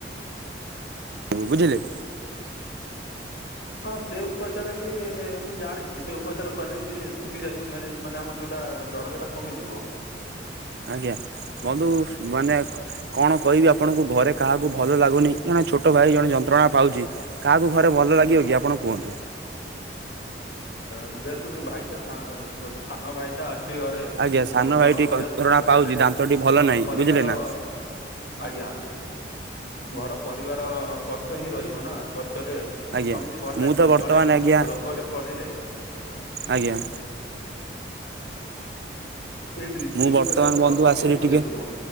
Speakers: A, on the right; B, on the left.
A: ବୁ ବୁଝିଲେ?
B: ହଁ ସେ ଉପଚାର ବି ମୁଁ ଜାଣିଛି ସେ ଉପଚାର କଲେ ବି ଶୁଖି ଯାଇ ମାନେ ଆମର ଯୋଉଟା ଦରଜ, ତା କମିଯିବ,
A: ଆଜ୍ଞା ବନ୍ଧୁ ଉସ୍ ମାନେ, କଣ କହିବି ଆପଣଙ୍କୁ ଘରେ କାହାକୁ ଭଲ ଲାଗୁନି ଜଣେ ଛୋଟ ଭାଇ ଜଣେ ଯନ୍ତ୍ରଣା ପାଉଛି, କାହାକୁ ଘରେ ଭଲ ଲାଗିବ କି ଆପଣ କୁହନ୍ତୁ,
B: ଯେ ଯେହେତୁ ଭାଇଟା ସା ଛୋଟ୍ ସାନ ଭାଇଟା ଅଛି ଘରେ,
A: ଆଜ୍ଞା ସାନ
B: ଆଉ
A: ଭାଇ
B: ଜଣଙ୍କ
A: ଟିକେ ଯନ୍ତ୍ରଣା
B: ଦେହ ଖରାପ୍
A: ପାଉଛି
B: ହେଲେ
A: ଦାନ୍ତ ଟି ଭଲ
B: ଘର
A: ନାହିଁ
B: ପରିବାର
A: ବୁଝିଲେ ନା
B: ଆଜ୍ଞା, ଘର ପରିବାର କଷ୍ଟ ହିଁ ରହିବ ନା କଷ୍ଟରେ,
A: ଆଜ୍ଞା
B: ହଁ ସମତି ଭଲ ଲାଗିବନି
A: ମୁଁ ତ ବର୍ତ୍ତମାନ
B: ଜଣେ
A: ଆଜ୍ଞା
B: ରୋଗରେ ପଡ଼ିଲେ,
A: ଆଜ୍ଞା
B: ଏଇ ସେଇ
A: ମୁଁ ବର୍ତ୍ତମାନ
B: ଉପଚାର କର
A: ବନ୍ଧୁ
B: କମିଯିବ
A: ଆସିଲି ଟିକେ,
B: ଦେଖିବ